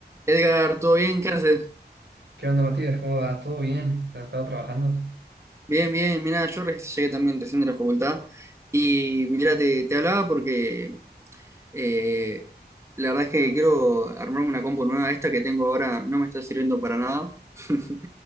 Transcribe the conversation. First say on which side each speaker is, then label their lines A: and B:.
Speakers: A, on the right; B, on the right.
A: Edgar, ¿todo bien? ¿Qué haces?
B: ¿Qué onda, Matías? ¿Cómo va? ¿Todo bien? ¿Has estado trabajando?
A: Bien, bien. Mira, yo reci- llegué también recién de la facultad y mira, te, te hablaba porque Eh, la verdad es que quiero armarme una compu nueva. Esta que tengo ahora no me está sirviendo para nada. <laughs>